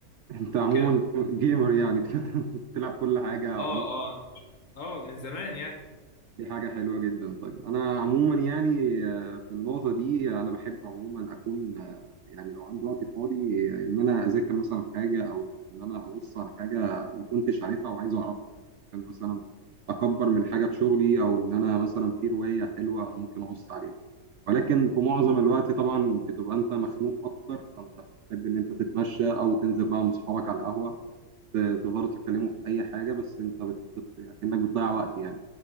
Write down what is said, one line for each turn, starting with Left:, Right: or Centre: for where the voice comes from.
Right: <laughs> انت عموما
Left: كده
Right: جيمر يعني بت- <laughs> بتلعب كل حاجة
Left: اه اه اه من زمان يعني
Right: دي حاجة حلوة جدا طيب أنا عموما يعني آه، في النقطة دي أنا بحب عموما أكون آه، يعني لو عندي وقت فاضي آه، إن أنا أذاكر مثلا حاجة أو إن أنا أبص على حاجة ما كنتش عارفها وعايز أعرفها كان مثلا أكبر من حاجة في شغلي أو إن أنا مثلا في رواية حلوة ممكن أبص عليها ولكن في معظم الوقت طبعا بتبقى أنت مخنوق أكتر فأنت بتحب إن أنت تتمشى أو تنزل بقى مع أصحابك على القهوة تفضلوا تتكلموا في اي حاجه بس انت بت... بت... كانك بتضيع وقت يعني